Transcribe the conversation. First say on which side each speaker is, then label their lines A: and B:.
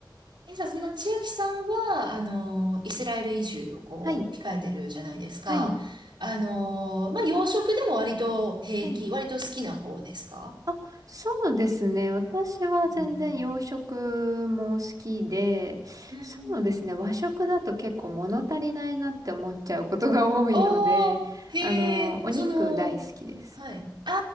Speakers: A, on the right; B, on the right.
A: え、じゃあ、そんな千秋さんは、あの、イスラエル移住をこう、
B: はい。
A: 控えてるじゃないですか。
B: はい。
A: あの、まあ、洋食でも割と平気、
B: はい。
A: 割と好きな方ですか
B: あ、そうですね。私は全然洋食も好きで、
A: うんうん。
B: そうですね。
A: うん
B: 和食だと結構物足りないなって思っちゃうことが多いので、
A: おー、へ
B: あの、お肉大好きです。
A: え、その、はい。あ